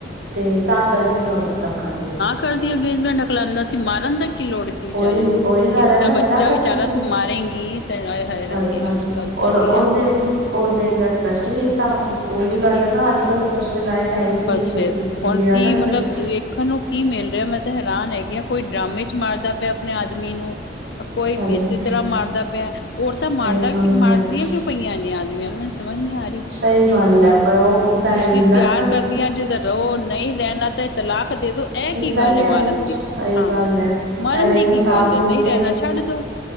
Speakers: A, on the right; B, on the left.
A: ਤੇ ਤਾਂ ਕਰਕੇ ਮੈਂ ਉਹਨੂੰ ਧੱਕਾ ਦੇ ਤਾ।
B: ਕਲ੍ਹ ਦੀ ਅੰਗੇਜਮੈਂਟ ਆ ਹੱਕਲਾਦਾ ਸੀ, ਮਾਰਨ ਦਾ ਕੀ ਲੋੜ ਸੀ ਵਿਚਾਰੇ
A: ਉਹੀ
B: ਨੂੰ,
A: ਉਹੀ ਗੱਲ
B: ਕਿਸੇ
A: ਹੈ ਨਾ
B: ਦਾ ਬੱਚਾ
A: ਬਲਾ ਕਰ
B: ਵਿਚਾਰਾ
A: ਦਿੰਦੇ।
B: ਤੂੰ ਮਾਰੇਗੀ। ਆਏ ਹਾਏ
A: ਸਹੀ
B: ਹਾਏ
A: ਗੱਲ
B: ਅੱਜ ਕੱਲ੍ਹ ਤਾਂ
A: ਔਰ
B: ਬਈਆ
A: ਉਹਨੇ ਉਹਨੇ ਇੰਨਾ ਟਰੱਸਟ ਕੀਤਾ ਉਹੀ ਗੱਲ ਐ ਨਾ ਅੱਜ-ਕੱਲ੍ਹ ਭਰੋਸੇ ਲਾਇਕ ਹੈ ਹੀ ਨਹੀ
B: ਬਸ
A: ਕੋਈ
B: ਫੇਰ
A: ਦੁਨੀਆਂ
B: ਹੁਣ ਕੀ
A: ਚ
B: ਮਤਲਬ
A: ਨਾ।
B: ਵੇਖਣ ਨੂੰ ਕੀ ਮਿਲ ਰਿਹਾ ਮੈਂ ਤਾਂ ਹੈਰਾਨ ਹੈਗੀ ਹਾਂ ਕੋਈ ਡਰਾਮ ਚ ਮਾਰਦਾ ਪਿਆ ਆਪਣੇ ਆਦਮੀ ਨੂੰ।
A: ਸਹੀ
B: ਕੋਈ ਕਿਸੇ
A: ਗੱਲ
B: ਤਰ੍ਹਾਂ
A: ਹੈ,
B: ਮਾਰਦਾ ਪਿਆ ਔਰਤਾਂ ਮਾਰਦਾ
A: ਸਹੀ ਗੱਲ
B: ਮਰਦੀਆਂ
A: ਹੈ।
B: ਕਿਉ ਪਈਆਂ ਨੇ ਆਦਮੀਆਂ ਨੂੰ ਮੈਨੂੰ ਸਮਝ ਨਹੀਂ ਆ ਰਹੀ।
A: ਸਹੀ ਗੱਲ ਹੈ ਪਰ ਉਹ ਪਹਿਲੇ
B: ਤੁਸੀਂ
A: ਦਿਨ ਲਭ
B: ਪਿਆਰ ਕਰਦੀਆਂ ਜਦ ਰਹੋ ਨਹੀਂ ਰਹਿਣਾ ਤਾਂ ਤਲਾਕ ਦੇ ਦੋ ਇਹ
A: ਸਿੱਧਾ
B: ਕੀ ਗੱਲ
A: ਹੀ ਕਹਿ
B: ਮਾਰਨ
A: ਦੋ ਸਹੀ
B: ਦੀ ਹਾਂ
A: ਗੱਲ ਹੈ
B: ਮਰਨ
A: ਐਵੇਂ
B: ਦੀ
A: ਫਸਾ
B: ਕੀ ਗੱਲ
A: ਫਸੂ
B: ਹੈ ਨਹੀਂ
A: ਕੇ
B: ਰਹਿਣਾ ਛੱਡ ਦੋ।